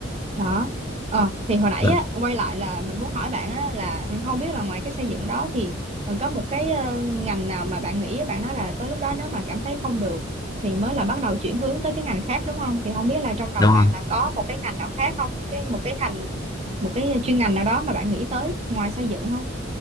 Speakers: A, on the right; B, on the left.
A: đó ờ thì hồi nãy
B: ừ,
A: á quay lại là mình muốn hỏi bạn á là ừ, không biết là ngoài cái xây dựng đó thì ừ, có một cái ờ, ngành nào mà bạn nghĩ bạn nói là tới lúc đó nếu mà cảm thấy không được thì mới là bắt đầu chuyển hướng tới cái ngành khác đúng không thì không biết là trong đầu
B: đúng
A: bạn
B: rồi
A: là có một cái ngành nào khác không cái một cái hành một cái chuyên ngành nào đó mà bạn nghĩ tới ngoài xây dựng không